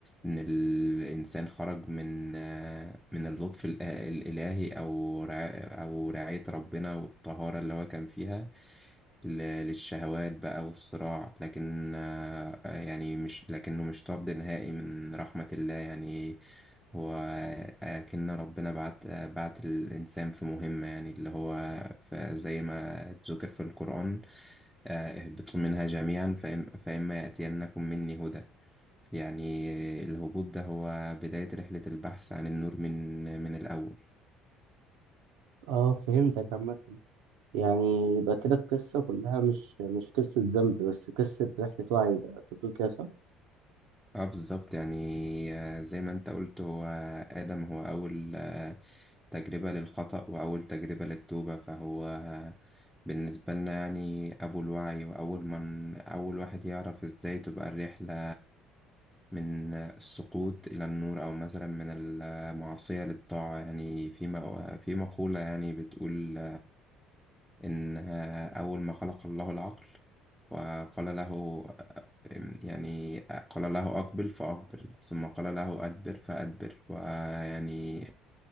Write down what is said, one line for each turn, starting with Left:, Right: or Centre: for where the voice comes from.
Centre: إن الإنسان خرج من آه، من اللطف الإلهي أو رع- أو رعاية ربنا والطهارة اللي هو كان فيها ل- للشهوات بقى والصراع لكن آه، آه، يعني مش لكنه مش طرد نهائي من رحمة الله يعني هو أكن ربنا بعت آه، بعت الإنسان في مهمة يعني اللي هو ف- زي ما ذكر في القرآن آه، اهبطوا منها جميعا فإم- فإما يأتينكم مني هدى يعني الهبوط ده هو بداية رحلة البحث عن النور من من الأول
Right: اه فهمتك عامة يعني يبقى كده القصة كلها مش مش قصة ذنب بس قصة رحلة وعي ده انت بتقول كده صح؟
Centre: اه بالظبط يعني آه، زي ما انت قلت هو آدم هو أول آه، تجربة للخطأ وأول تجربة للتوبة فهو آه، بالنسبة لنا يعني أبو الوعي وأول من أول واحد يعرف إزاي تبقى الرحلة من السقوط إلى النور أو مثلا من المعصية للطاعة يعني في مق- في مقولة يعني بتقول إن آه، أول ما خلق الله العقل وقال له يعني قال له أقبل فأقبل ثم قال له أدبر فأدبر ويعني